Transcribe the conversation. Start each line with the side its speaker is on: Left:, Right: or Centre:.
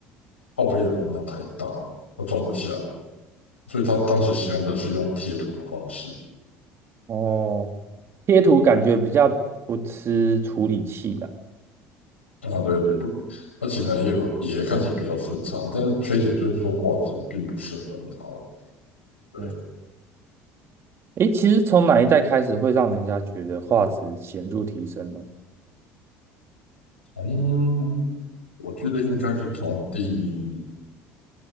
Left: 耗费的容量太大，都装不下，所以他当时使用的是用铁桶的方式。
Right: 哦，贴图感觉比较不吃处理器的。啦。
Left: 啊，对对，不，而且呢，也有也看起来比较顺畅，但是缺点就是说画质并不是很好。对，
Right: 哦诶，其实从哪一代开始会让人家觉得画质显著提升呢？
Left: 从我觉得应该是从第，